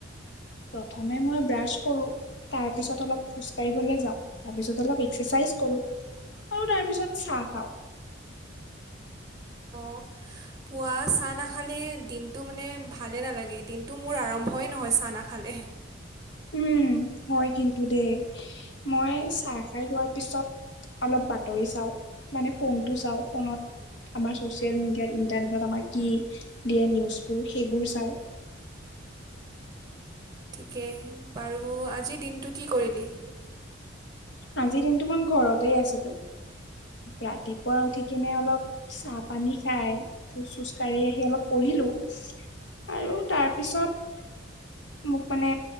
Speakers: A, on the left (about 65°); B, on the right (about 20°).
A: প্ৰথমে মই ব্ৰাছ কৰোঁ। তাৰ পিছ অলপ খোজ কঢ়িবলৈ যাওঁ, তাৰপিছ অলপ এক্চাৰচাইজ কৰো। আৰু তাৰ পিছত চাহ খাওঁ।
B: অহ। পুৱা চাহ নাখালে দিনটো মানে ভালেই নালাগে, দিনটো মোৰ আৰম্ভই নহয় চাহ নাখালে।
A: উম, হয় কিন্তু দেই মই চাহ খাই লোৱাৰ পিছত অলপ বাতৰি চাওঁ, মানে ফোনটো চাওঁ ফোনত আমাৰ চচিয়েল মিডিয়াত ইণ্টাৰনেটত আমাৰ কি দিয়ে নিউজবোৰ সেইবোৰ চাও।
B: ঠিকে বাৰু আজিৰ দিনটো কি কৰিলি?
A: আজিৰ দিনটো মই ঘৰতে আছিলো, ৰাতিপুৱা উঠি কিনে অলপ চাহ পানী খাই, খোজ চোজ কাঢ়ি আহি অলপ পঢ়িলো। আৰু তাৰপিছত মোক মানে